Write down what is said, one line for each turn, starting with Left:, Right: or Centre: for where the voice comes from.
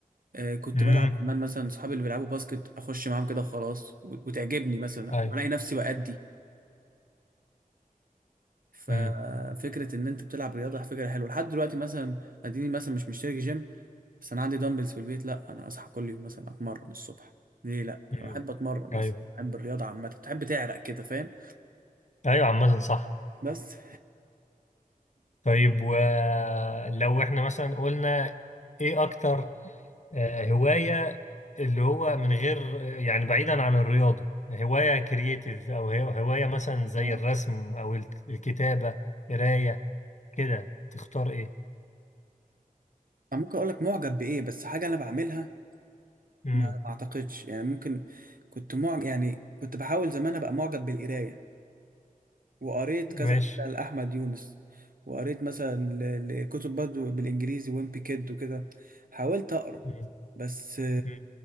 Right: آه، كنت
Left: امم
Right: بلعب كمان مثلا اصحابي اللي بيلعبوا باسكت اخش معاهم كده وخلاص و- وتعجبني مثلا
Left: ايوه
Right: والاقي نفسي بأدي ففكره
Left: امم
Right: ان انت بتلعب رياضه فكره حلوه لحد دلوقتي مثلا اديني مثلا مش مشترك جيم بس انا عندي دمبلز في البيت لا انا اصحى كل يوم مثلا اتمرن الصبح ليه لا
Left: امم
Right: بحب اتمرن مثلا
Left: ايوه
Right: بحب الرياضه عامه بتحب تعرق كده فاهم
Left: ايوه عامة صح
Right: بس
Left: طيب ولو احنا مثلا قلنا ايه اكتر آه، هواية اللي هو من غير يعني بعيدا عن الرياضة هواية كرييتيف او هي- هواية مثلا زي
Right: اه
Left: الرسم او الك- الكتابة قراية كده تختار ايه
Right: أنا ممكن اقول لك معجب بايه بس حاجه انا بعملها
Left: امم
Right: ما ما اعتقدش يعني ممكن كنت معجب يعني كنت بحاول زمان ابقى معجب بالقرايه وقريت كذا
Left: ماشي
Right: حاجة لأحمد يونس وقريت مثلا ل- لكتب برضه بالإنجليزي ويمبي كيد وكده حاولت أقرأ
Left: مم.
Right: بس
Left: مم.